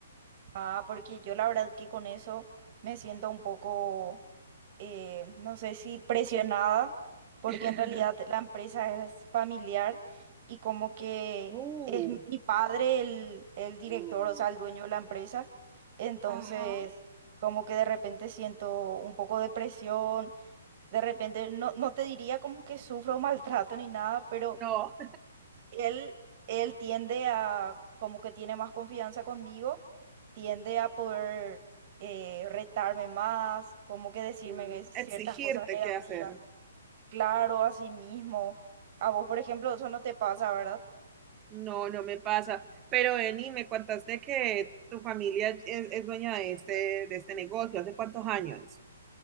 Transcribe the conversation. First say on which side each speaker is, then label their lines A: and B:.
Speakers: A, on the right (about 40°); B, on the right (about 20°).
A: Ah, porque yo la verdad que con eso me siento un poco eh, no sé si presionada, porque
B: <laughs>
A: en realidad la empresa es familiar y como que
B: Uh,
A: es mi padre el, el director,
B: Mm,
A: o sea, el dueño de la empresa. Entonces,
B: Ajá.
A: como que de repente siento un poco de presión, de repente no, no te diría como que sufro maltrato ni nada, pero...
B: no.
A: Él, él tiende a, como que tiene más confianza conmigo, tiende a poder eh, retarme más, como que decirme
B: <laughs>
A: ciertas
B: Exigirte
A: cosas negativas.
B: qué hacer.
A: Claro, a sí mismo. A vos, por ejemplo, eso no te pasa, ¿verdad?
B: No, no me pasa. Pero Beni, me contaste que tu familia es, es dueña de este, de este negocio. ¿Hace cuántos años?